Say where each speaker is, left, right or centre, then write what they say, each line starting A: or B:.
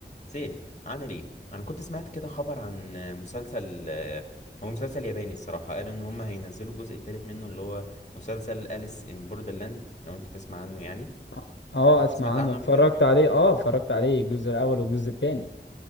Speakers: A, on the left; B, on the left.
A: سيف عامل ايه انا كنت سمعت كده خبر عن مسلسل هو مسلسل ياباني الصراحه قالوا ان هم هينزلوا الجزء الثالث منه اللي هو مسلسل أليس ان بوردرلاند لو انت تسمع عنه يعني
B: اه آه،
A: انت
B: اسمع
A: سمعت
B: عنه
A: عنه
B: اتفرجت
A: قبل كده
B: عليه اه اتفرجت عليه الجزء الاول والجزء الثاني